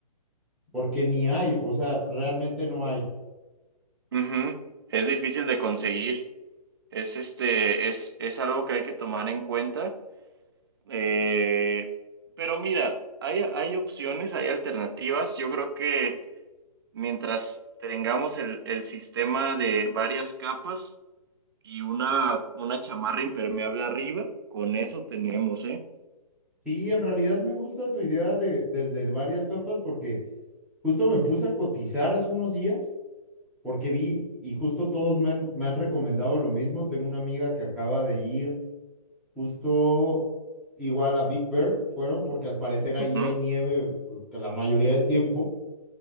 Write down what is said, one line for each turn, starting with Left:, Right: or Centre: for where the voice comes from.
Centre: porque ni hay, o sea, realmente no hay.
Right: Ujú. Es difícil de conseguir. Es este, es, es algo que hay que tomar en cuenta. Eh, pero mira, hay, hay opciones, hay alternativas. Yo creo que mientras tengamos el, el sistema de varias capas y una, una chamarra impermeable arriba, con eso tenemos, ¿eh?
Centre: Sí, en realidad me gusta tu idea de, del de varias capas porque justo me puse a cotizar hace unos días porque vi y justo todos me han, me han recomendado lo mismo. Tengo una amiga que acaba de ir justo igual a Big Bear, fueron porque al parecer ahí
Right: Ujú,
Centre: hay nieve que la mayoría del tiempo.